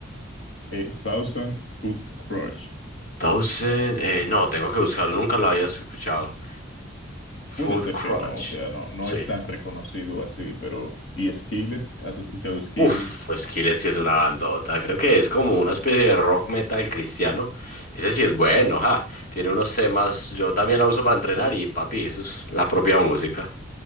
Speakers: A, on the left (about 60°); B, on the left (about 40°).
A: Eh, Thousand Foot Crush.
B: Thousand... Eh, no, tengo que buscarlo, nunca lo había escuchado. Food
A: Puede ser
B: Crutch.
A: que no, o sea, no, no
B: Sí.
A: es tan reconocido así, pero... ¿Y Skillet? ¿Has escuchado Skillet?
B: Uf, Skillet sí es una bandota. Creo que es como una especie de rock metal cristiano. Ese sí es bueno, ja. Tiene unos temas, yo también la uso para entrenar y papi, eso es la propia música.